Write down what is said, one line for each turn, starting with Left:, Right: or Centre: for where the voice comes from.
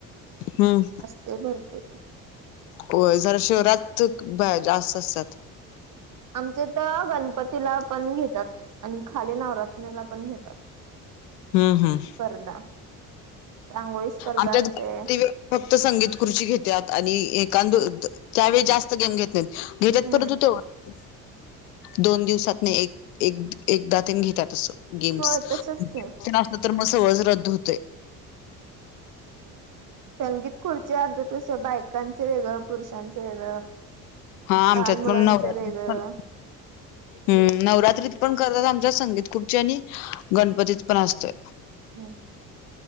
Left: हम्म.
Right: असतय भरपूर
Left: होय जरा शहरात बाया जास्त असतेत.
Right: आमचेत गणपतीला पण घेतात आणि खाली नवरात्रीला पण घेतात.
Left: हमं. हमं.
Right: स्पर्धा रांगोळी स्पर्धा
Left: आमच्यात
Right: असते
Left: ते फक्त संगीत खुर्ची घेतात आणि एकान त्यावेळी जास्त गेम घेत घेतात
Right: हम्म
Left: परंतु तेवढ दोन दिवसातन एक एकदा तेन घेतात असं. गेम्स
Right: होय तसच
Left: <unintelligible> असल
Right: की
Left: तर मग सगळंच रद्द होतय.
Right: संगीत खुर्ची आमच्यात खस बायकांचं वेगळं पुरुषांचं वेगळं.
Left: हा आमच्यात
Right: लहान मुलांचं
Left: पण नवरात्री
Right: वेगळं
Left: पण ह् नवरात्री
Right: असं
Left: पण करतात आमच्या संगीत खुर्ची आणि गणपतीत पण असतय.
Right: हम्म.